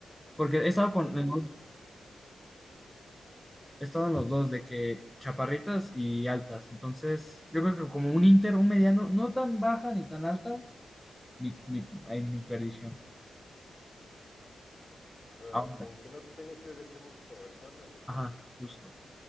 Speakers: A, in the centre; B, on the left.
A: porque he estado con
B: Sí, como,
A: en los he estado en los dos, de que chaparritas y altas, entonces, yo creo que como un inter, un mediano, no tan baja ni tan alta, mi, mi, ay, mi perdición.
B: o sea,
A: Ahora,
B: con que no te tengas que agachar mucho para besarla, ya está.
A: ajá, justo.